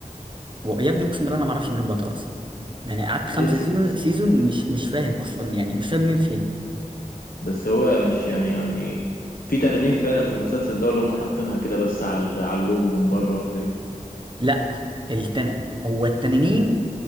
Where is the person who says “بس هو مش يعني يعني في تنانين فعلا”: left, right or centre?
Left